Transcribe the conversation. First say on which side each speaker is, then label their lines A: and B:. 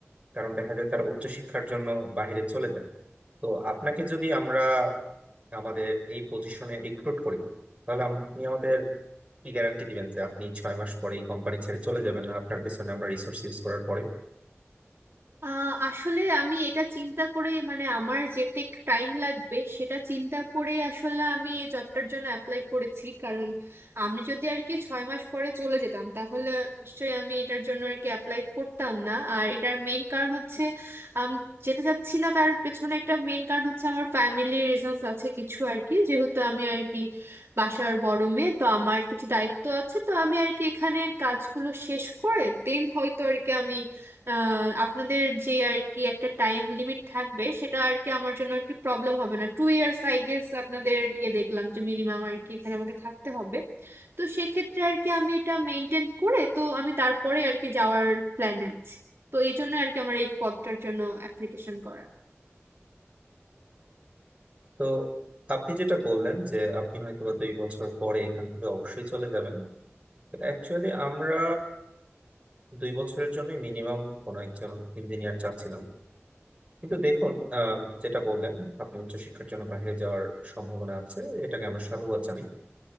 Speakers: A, on the right; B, on the right.
A: কারণ দেখা যায় তারা উচ্চশিক্ষার জন্য বাইরে চলে যায় তো আপনাকে যদি আমরা আমাদের এই পজিশনে রিক্রুট করি তাহলে আপনি আমাদের কি গ্যারান্টি দিবেন যে আপনি ছয় মাস পরে এই কোম্পানি ছেড়ে চলে যাবেন না আপনার পেছনে আমরা রিসোর্স ইউজ করার পরে
B: আহ, আসলে আমি এটা চিন্তা করে মানে আমার যেতে একটু টাইম লাগবে সেটা চিন্তা করে আসলে আমি এই জবটার জন্য অ্যাপ্লাই করেছি কারণ আমি যদি আর কি ছয় মাস পরে চলে যেতাম তাহলে নিশ্চয়ই আমি এটার জন্য আর কি অ্যাপ্লাই করতাম না আর এটার মেইন কারণ হচ্ছে আমি যেতে চাচ্ছি না তার পেছনে একটা মেইন কারণ হচ্ছে আমার ফ্যামিলির রিজনস আছে কিছু আর কি যেহেতু আমি আর কি বাসার বড় মেয়ে তো আমার কিছু দায়িত্ব আছে তো আমি আর কি এখানের কাজগুলো শেষ করে দেন হয়তো আর কি আমি আহ, আপনাদের যে আর কি একটা টাইম লিমিট থাকবে সেটা আর কি আমার জন্য একটু প্রবলেম হবে না টু ইয়ার্স আই গেস আপনাদের ইয়ে দেখলাম যে মিনিমাম আর কি এখানে আমাকে থাকতে হবে তো সেক্ষেত্রে আর কি আমি এটা মেনটেন করে তো আমি তারপরে আর কি যাওয়ার প্ল্যান আছে তো এই জন্য আর কি আমার এই পদটার জন্য অ্যাপ্লিকেশন করা
A: তো আপনি যেটা বললেন যে আপনি হয়তো বা দুই বছর পরে এখান থেকে অবশ্যই চলে যাবেন তো অ্যাকচুয়ালি আমরা দুই বছরের জন্য মিনিমাম কোনো একজন ইঞ্জিনিয়ার চাচ্ছিলাম কিন্তু দেখুন আহ, যেটা বললেন আপনি উচ্চশিক্ষার জন্য বাইরে যাওয়ার সম্ভাবনা আছে এটাকে আমরা সাধুবাদ জানাই